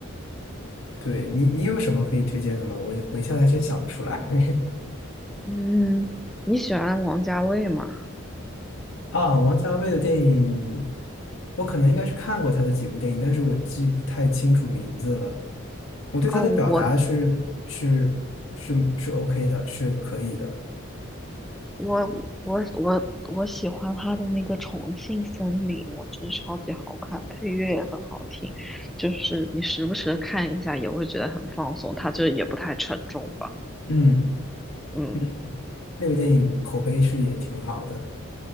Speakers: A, on the left; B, in the centre.
A: 对你，你有什么可以推荐的吗？我我一下子还真想不出来 <laughs>
B: 嗯，你喜欢王家卫吗？
A: 啊。王家卫的电影，我可能应该是看过他的几部电影，但是我记不太清楚名字了。我对他的表达是是是是
B: 啊，我
A: OK 的，是可以的。
B: 我我我我喜欢他的那个《重庆森林》，我觉得超级好看，配乐也很好听，就是你时不时的看一下也会觉得很放松，它就也不太沉重吧，
A: 嗯，
B: 嗯，
A: 嗯那个电影口碑是也挺好的。